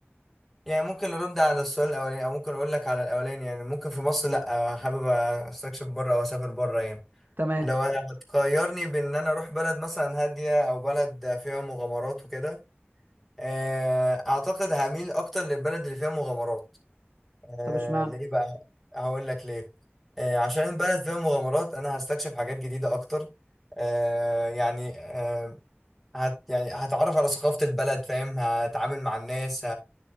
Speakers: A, in the centre; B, on the right.
A: يعني ممكن نرد على السؤال الاولاني او ممكن اقول لك على الاولاني يعني ممكن في مصر لا آه، حابب استكشف بره او اسافر بره يعني
B: تمام
A: لو انا هتقيرني بان انا اروح بلد مثلا هاديه او بلد فيها مغامرات وكده آه، اعتقد هميل اكتر للبلد اللي فيها مغامرات آه،
B: طب اشمعنى
A: ليه بقى هقول لك ليه آه، عشان البلد فيها مغامرات انا هستكشف حاجات جديده اكتر آه، يعني آه، هت يعني هتعرف على ثقافه البلد فاهم هتعامل مع الناس